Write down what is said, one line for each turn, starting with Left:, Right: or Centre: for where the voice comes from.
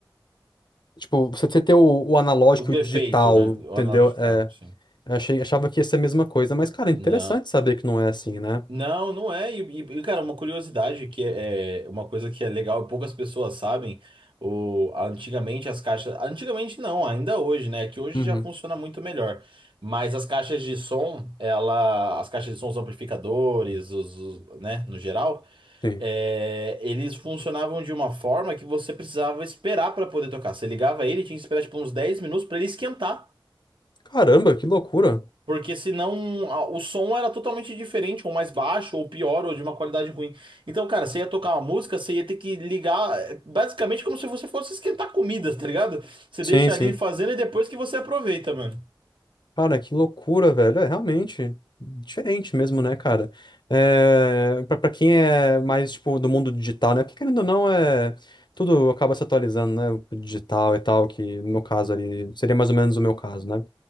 Left: Tipo, você você ter o, o analógico
Right: O do
Left: e o digital,
Right: efeito, né? O
Left: entendeu?
Right: analógico e
Left: É,
Right: tal, sim.
Left: eu achei, achava que ia ser a mesma coisa, mas, cara, é interessante
Right: Não,
Left: saber que não é assim, né?
Right: Não, não é. E, e- e, cara, uma curiosidade que é, é uma coisa que é legal e poucas pessoas sabem. O, antigamente as caixas. Antigamente não, ainda hoje, né? Que hoje
Left: Uhum,
Right: já funciona muito melhor. Mas as caixas de som, ela, as caixas de som, os amplificadores, os, os- né, no geral,
Left: sim.
Right: é, eles funcionavam de uma forma que você precisava esperar para poder tocar. Você ligava ele, tinha que esperar tipo uns 10 minutos para ele esquentar.
Left: Caramba, que loucura.
Right: Porque senão a- o som era totalmente diferente, ou mais baixo, ou pior, ou de uma qualidade ruim. Então, cara, você ia tocar uma música, você ia ter que ligar, é, basicamente como se você fosse esquentar comida, tá ligado? Você
Left: Sim,
Right: deixa
Left: sim.
Right: ali fazendo e depois que você aproveita, mano.
Left: Cara, que loucura, velho. É realmente diferente mesmo, né, cara? É, pra, pra quem é mais, tipo, do mundo digital, né? Porque querendo ou não, é, tudo acaba se atualizando, né? O digital e tal, que no meu caso ali seria mais ou menos o meu caso, né?